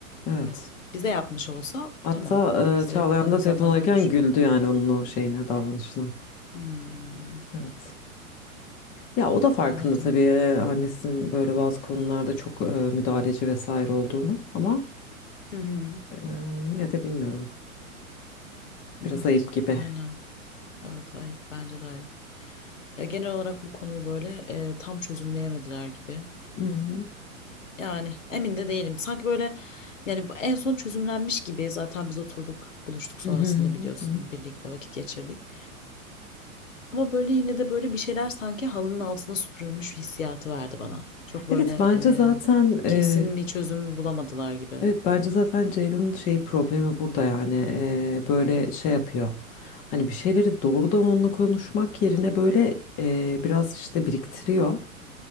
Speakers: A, on the left; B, on the left.
A: Evet.
B: Evet. Bize yapmış olsa
A: Hatta
B: tamam. Hani bizle
A: e, Çağlayan
B: bu konuyu
A: da telefon
B: zaten
A: alırken
B: konuşuyor.
A: güldü yani onun o şeyine davranışına.
B: Hmm.
A: Evet. Ya o da farkında
B: Anladım.
A: tabii e, annesinin böyle bazı konularda çok e, müdahaleci vesaire olduğunu ama
B: Hı hı.
A: e, yine de bilmiyorum. Biraz
B: Evet,
A: ayıp gibi.
B: aynen. Evet, ayıp. Bence de ayıp. Ya genel olarak bu konuyu böyle e, tam çözümleyemediler gibi.
A: Hı hı.
B: Yani emin de değilim. Sanki böyle yani bu en son çözümlenmiş gibi zaten biz oturduk, buluştuk sonrasında
A: Hı hı hı
B: biliyorsun
A: hı hı.
B: birlikte vakit geçirdik. Ama böyle yine de böyle bir şeyler sanki halının altına süpürülmüş hissiyatı verdi bana. Çok böyle
A: Evet bence
B: e,
A: zaten e,
B: kesin bir çözüm bulamadılar gibi.
A: evet bence zaten Ceylan'ın şey problemi burada yani E, böyle şey yapıyor. Hani bir şeyleri doğrudan onunla konuşmak yerine böyle e, biraz işte biriktiriyor.